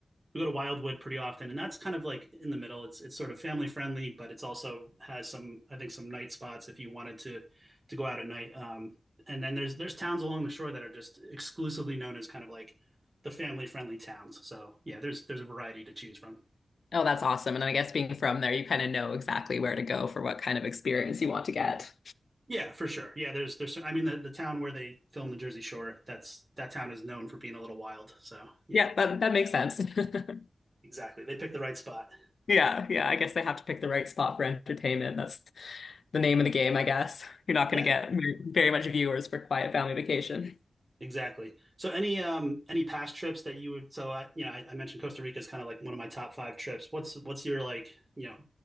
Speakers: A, on the right (about 30°); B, on the left (about 75°).
A: we go to Wildwood pretty often, and that's kind of like in the middle. It's it's sort of family friendly, but it's also has some I think some night spots if you wanted to to go out at night. Um, and then there's there's towns along the shore that are just exclusively known as kind of like the family friendly towns. So yeah, there's there's a variety to choose from.
B: Oh, that's awesome. And I guess being from there, you kind of know exactly where to go for what kind of experience you want to get.
A: Yeah, for sure. Yeah, there's there's I mean the, the town where they film the Jersey Shore, that's that town is known for being a little wild. So yeah,
B: Yeah, that, that makes sense. <laughs>
A: exactly. They picked the right spot.
B: Yeah, yeah. I guess they have to pick the right spot for entertainment. That's the name of the game, I guess. You're not
A: Yeah,
B: going to get very very much viewers for Quiet Family Vacation.
A: Exactly. So any um any past trips that you would so I you know I, I mentioned Costa Rica is kind of like one of my top five trips. What's what's your like you know